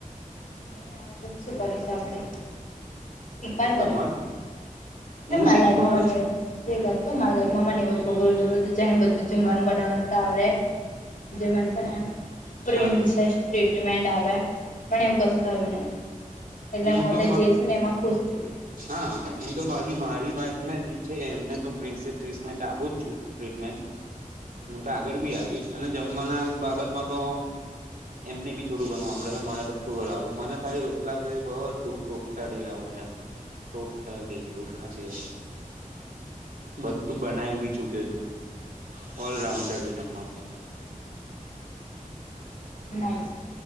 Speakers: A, on the left (about 70°); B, on the right (about 85°).
A: નઈ આવડતુ તો શું કરીસુ આપડે, સિખવાડ
B: તમાર
A: દો તમે. એ
B: હું
A: માય
B: શીખવાડું
A: લાઈફમાં મને એવું એક વાત તો માય લાઈફમાં મને એવો છોકરો જોતો તો છે, જેને બધું જમવાનું બનાવતા આવડે. જે મન છે ને. પ્રિન્સેસ
B: હા
A: ટ્રીટમેન્ટ આવે, પણ એવું કશું થયુ નઈ. એટલે
B: હું
A: મ
B: તો
A: તે જે છું ને એમાં ખુશ છું.
B: હા હું તો બાકી મારી વાતને જે છે, એમને તો પ્રિન્સેસ ટ્રીસમેન્ટ આપું જ છું. ટ્રીટમેન્ટ હું તો આગળ બી આપીશ અને જમવાના બાબતમાં તો એમને બી થડું ઘણુ આવડે છે મને તો ફૂ આવડે મને ખાલી રોટલા સિવાય બધું ટોટલી આવડે એમ ટોટલી રોટલા સિવાય બધું બનાવી બી ચુક્યો છું ઓલરાઉન્ડર જમવામાં તો
A: નાઇસ